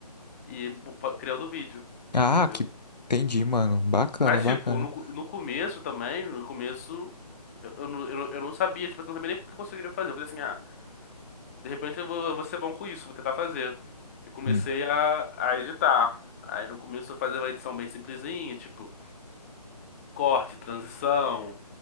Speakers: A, on the left; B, on the left.
A: e bu- fa- criando vídeo,
B: Ah,
A: entendeu?
B: que entendi, mano. Bacana,
A: Mas
B: bacana.
A: tipo, no, no começo também, no começo Eu, eu, não- eu, não eu não sabia, tipo, assim, eu não sabia nem o que eu conseguiria fazer. Eu falei assim, ah, de repente eu vou, eu vou ser bom com isso, vou tentar fazer. E comecei
B: Hum.
A: a, a editar. Aí no começo eu fazia uma edição bem simplesinha, tipo, corte, transição,